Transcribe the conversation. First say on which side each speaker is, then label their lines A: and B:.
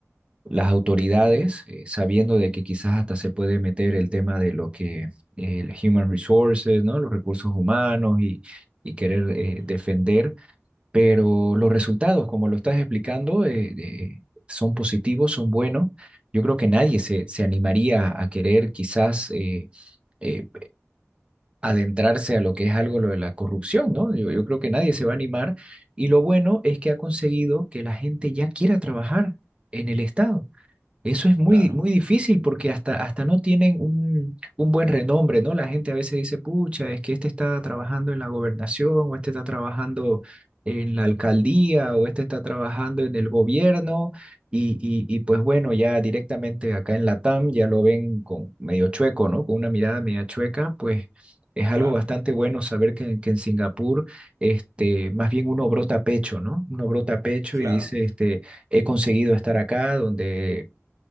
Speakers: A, on the right; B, on the right.
A: las autoridades, eh, sabiendo de que quizás hasta se puede meter el tema de lo que eh, el human resources, ¿no? Los recursos humanos y, y querer eh,
B: Ujú, ujú.
A: defender, pero los resultados, como lo estás explicando, eh, eh, son positivos, son buenos. Yo creo que nadie se, se animaría a querer quizás eh, eh, adentrarse a lo que es algo lo de la corrupción, ¿no? Yo, yo creo que nadie se va a animar. Y lo bueno es que ha conseguido que la gente ya quiera trabajar en el Estado. Eso es muy,
B: Claro,
A: muy difícil porque hasta, hasta no tienen un, un buen renombre, ¿no? La gente a veces dice, pucha, es que este está trabajando en la gobernación, o este está trabajando en la alcaldía, o este está trabajando en el gobierno, y, y, y pues bueno, ya directamente acá en la TAM ya lo ven con medio chueco, ¿no? Con una mirada media chueca, pues es algo
B: claro,
A: bastante bueno saber que, que en Singapur, este, más bien uno brota pecho, ¿no? Uno brota pecho
B: claro.
A: y dice, este he conseguido estar acá, donde